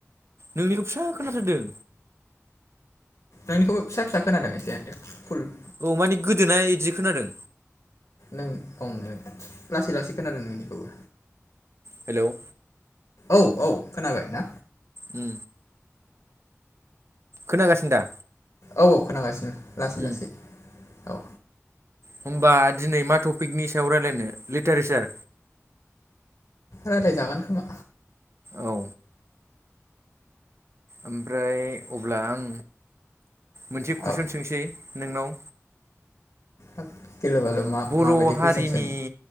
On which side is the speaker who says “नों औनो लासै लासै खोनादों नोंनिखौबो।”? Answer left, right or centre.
Left